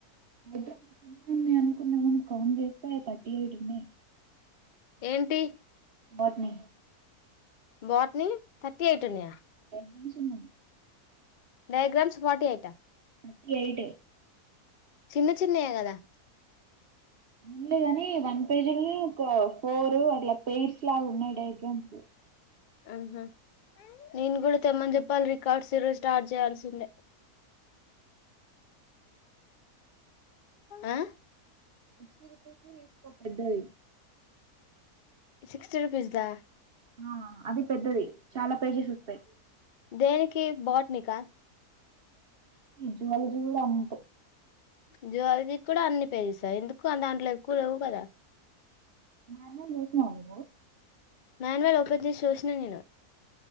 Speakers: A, on the right; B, on the left.
A: న్నాయి అనుకున్నాము కౌంట్ చేస్తే థర్టీ ఎయిట్ ఉన్నాయి
B: ఏంటి
A: వాట్ని
B: బత్ని థర్టీ ఎయిట్ ఉనియా
A: అ సన్నా
B: diagrams forty eight
A: thirty eight
B: చిన్న చిన్నయ కదా
A: ఉందుంది గాని వన్ పేజీని ఒక ఫోర్ అట్లా పయిర్స్ లాగా ఉన్నాయి డయాగ్రామ్స్
B: ఆహా నేను కూడా తెమ్మని చెప్పాలి రికార్డ్స్రో స్టార్ట్ చేయాల్సిందే ఆ
A: సిక్స్టీ రూపీస్ తీసుకో పెద్దది
B: సిక్స్టీ రుపీస్ దా
A: ఆ అది పెద్దది చాలా పేజెస్ వస్తాయి
B: దేనినికి బాట్ని కా
A: జువాలజీవి అంట
B: జూలోహోగికూడా అన్ని పేజసా ఎందుకు దాంట్లో ఎక్కువ లేవు కదా
A: <unintelligible>
B: మాన్యువల్ ఓపెన్ చూసిన నేను